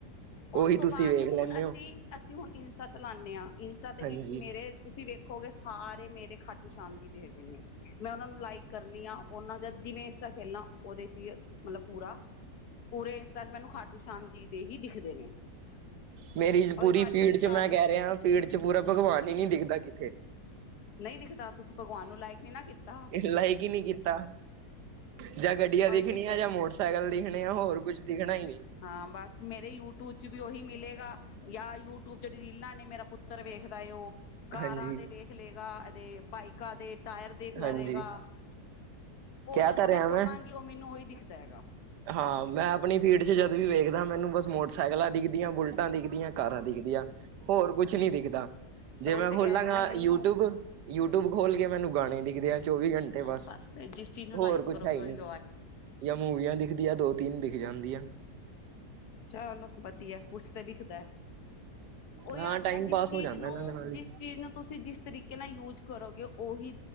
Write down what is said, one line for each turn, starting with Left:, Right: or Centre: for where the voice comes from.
Left: ਉਸ
Right: ਉਹੀ
Left: ਤੋਂ
Right: ਤੁਸੀਂ
Left: ਬਾਅਦ
Right: ਵੇਖ
Left: ਹੁਣ
Right: ਲੈਂਦੇ
Left: ਅਸੀਂ
Right: ਹੋ
Left: ਅਸੀਂ ਹੁਣ ਇੰਸਟਾ ਚਲਾਉਾਨਦੇ ਹਾਂ ਇੰਸਟਾ ਦੇ
Right: ਹਾਂਜੀ
Left: ਵਿੱਚ ਮੇਰੇ ਤੁਸੀਂ ਵੇਖੋ ਹੋਗੇ ਸਾਰੇ ਮੇਰੇ ਖਾਟੂ ਸ਼ਾਮ ਜੀ ਦੇ ਹੈਗੇ ਨੇ। ਮੈਂ ਉਹਨਾਂ ਨੂੰ ਲਾਈਕ ਕਰਨੀ ਆ, ਉਹਨਾਂ ਜ ਜਿਵੇਂ ਇੰਸਟਾ ਖੇਲਣਾ ਉਹਦੇ ਚ ਹੀ ਮਤਲਬ ਪੂਰਾ ਪੂਰੇ ਮੈਨੂੰ ਖਾਟੂ ਸ਼ਾਮ ਜੀ ਦੇ ਹੀ ਦਿਖਦੇ ਨੇ।
Right: ਮੇਰੀ
Left: ਉਹੀ
Right: ਪੂਰੀ
Left: ਤੁਹਾਡੀ
Right: ਫੀਡ ਚ
Left: ਗੱਲ
Right: ਮੈਂ ਕਹਿ ਰਿਹਾ ਫੀਡ ਚ ਪੂਰਾ
Left: ਹਮ
Right: ਭਗਵਾਨ ਹੀ ਨੀ ਦਿਖਦਾ ਕਿੱਥੇ।
Left: ਨਹੀਂ ਦਿਖਦਾ ਤੁਸੀਂ ਭਗਵਾਨ ਨੂੰ ਲਾਇਕ ਨਈ ਨਾ ਕੀਤਾ।
Right: ਲਾਈਕ ਹੀ ਨਹੀਂ ਕੀਤਾ ਜਾਂ ਗੱਡੀਆਂ ਦਿਖਣੀਆਂ
Left: ਉਹੀ ਤੇ ਕਹਿ
Right: ਜਾਂ
Left: ਰਹੀ
Right: ਮੋਟਰਸਾਈਕਲ
Left: ਹਾਂ।
Right: ਦਿਖਣੇ ਆ, ਹੋਰ ਕੁਛ ਦਿਖਣਾ ਹੀ ਨਹੀਂ
Left: ਹਾਂ ਬਸ ਮੇਰੇ ਯੂਟਿਊਬ ਚ ਵੀ ਉਹੀ ਮਿਲੇਗਾ ਜਾਂ ਯੂਟਿਊਬ ਜਿਹੜੀ ਰੀਲਾਂ ਨੇ ਮੇਰਾ ਪੁੱਤਰ ਵੇਖਦਾ ਏ ਉਹ, ਕਾਰਾਂ
Right: ਹਾਂਜੀ
Left: ਦੇ ਵੇਖ ਲੇਗਾ ਤੇ ਬਾਈਕਾਂ ਦੇ ਟਾਇਰ ਦੇਖਦਾ
Right: ਹਾਂਜੀ
Left: ਰਹੇਗਾ। ਉਹ
Right: ਕਹਿ
Left: ਜਦੋਂ
Right: ਤਾਂ ਰਿਹਾ
Left: ਮੈਂ ਖੋਲਾਂਗੀ ਉਹ ਮੈਨੂੰ ਉਹੀ ਦਿਖਦਾ ਹੈਗਾ।
Right: ਹਾਂ ਮੈਂ ਆਪਣੀ ਫੀਡ ਚ ਜਦ ਵੀ ਵੇਖਦਾ ਮੈਨੂੰ ਬਸ ਮੋਟਰਸਾਈਕਲਾਂ ਦਿਖਦੀਆਂ, ਬੁਲਟ ਦਿਖਦੀਆਂ ਕਾਰਾਂ ਦਿਖਦੀਆਂ ਹੋਰ ਕੁਛ ਨੀ ਦਿਖਦਾ ਜੇ
Left: ਤਾਂ ਉਹੀ
Right: ਮੈਂ
Left: ਤਾਂ
Right: ਖੋਲਾਂਗਾ
Left: ਕਹਿ ਰਹੀ ਨਾ ਜਿਹਨੂੰ
Right: ਯੂਟਿਊਬ, ਯੂਟਿਊਬ ਖੋਲ ਕੇ ਮੈਨੂੰ ਗਾਣੇ ਦਿਖਦੇ ਆ ਚੌਵੀ ਘੰਟੇ ਤੇ
Left: ਹਾਂ
Right: ਬਸ
Left: ਫਿਰ ਜਿਸ ਚੀਜ਼ ਨੂੰ
Right: ਹੋਰ
Left: ਲਾਈਕ
Right: ਕੁਛ
Left: ਕਰੋਗੇ
Right: ਹੈ ਹੀ
Left: ਉਹੀ
Right: ਨਹੀਂ, ਜਾਂ ਮੂਵੀਆਂ ਦਿਖ ਦਿਖਦੀ ਆ ਦੋ ਤਿੰਨ ਜਾਂਦੀਆਂ
Left: ਚੱਲੋ ਵਧੀਆ, ਕੁਛ ਤਾਂ ਦੀਖਦਾ ਏ ਉਹੀ
Right: ਹਾਂ
Left: ਆ ਗਈ
Right: ਟਾਈਮ
Left: ਨਾ ਜਿਸ
Right: ਪਾਸ
Left: ਚੀਜ਼
Right: ਹੋ ਜਾਂਦਾ
Left: ਨੂੰ
Right: ਇਹਨਾਂ ਦੇ ਨਾਲ ਹੀ
Left: ਜਿਸ ਚੀਜ਼ ਨੂੰ ਤੁਸੀਂ ਜਿਸ ਤਰੀਕੇ ਨਾਲ ਯੂਜ ਕਰੋਗੇ, ਉਹੀ